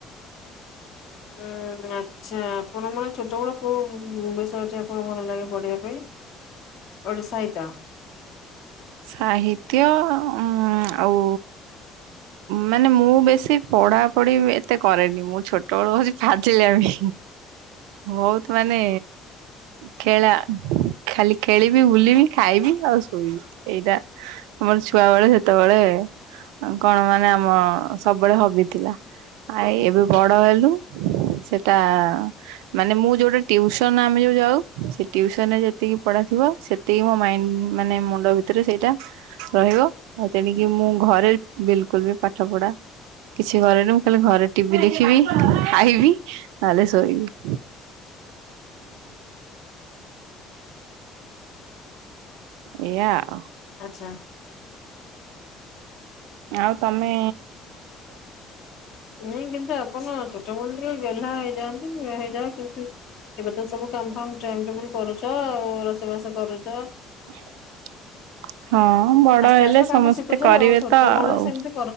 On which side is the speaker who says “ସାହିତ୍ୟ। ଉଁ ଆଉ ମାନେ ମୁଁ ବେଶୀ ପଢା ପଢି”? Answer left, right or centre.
Right